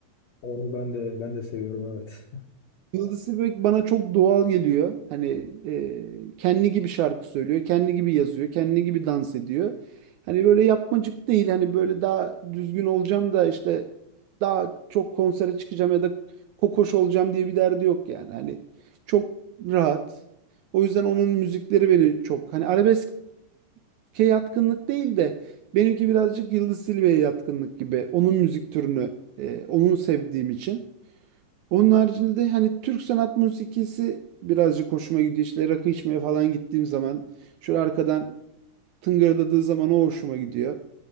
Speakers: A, on the left; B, on the right.
A: Onu ben de ben de seviyorum evet.
B: Yıldız Tilbe bana çok doğal geliyor. Hani e, kendi gibi şarkı söylüyor, kendi gibi yazıyor, kendi gibi dans ediyor. Hani böyle yapmacık değil. Hani böyle daha düzgün olacağım da işte daha çok konsere çıkacağım ya da kokoş olacağım diye bir derdi yok yani. Hani çok rahat. O yüzden onun müzikleri beni çok hani arabeske yatkınlık değil de benimki birazcık Yıldız Tilbe'ye yatkınlık gibi. Onun müzik türünü e, onun sevdiğim için. Onun haricinde de hani Türk sanat musikisi birazcık hoşuma gidiyor. İşte rakı içmeye falan gittiğim zaman şöyle arkadan tıngırdadığı zaman o hoşuma gidiyor.